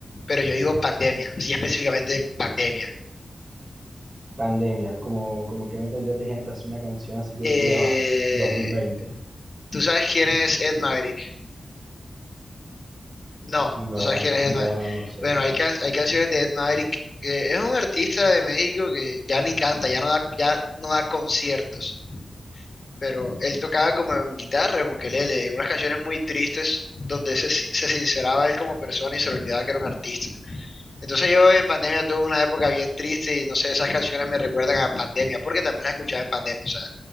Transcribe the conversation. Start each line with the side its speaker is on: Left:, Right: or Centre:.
Left: Pero yo digo pandemia, sí, específicamente pandemia.
Right: Pandemia, como, como que me pondrías de ejemplo, así una canción así que
Left: Eh,
Right: tú digas, "Ah, 2020.
Left: ¿tú sabes quién es Ed Maverick? No,
Right: No,
Left: no sabes quién es Ed Maverick.
Right: no, no, no sé.
Left: Bueno, hay, can- hay canciones de Ed Maverick, que es un artista de México que ya ni canta, ya no da, ya no da conciertos, pero él tocaba como en guitarra, en ukelele, unas canciones muy tristes donde se, si- se sinceraba él como persona y se olvidaba que era un artista. Entonces yo en pandemia tuve una época bien triste y no sé, esas canciones me recuerdan a pandemia, porque también las escuchaba en pandemia, o sea,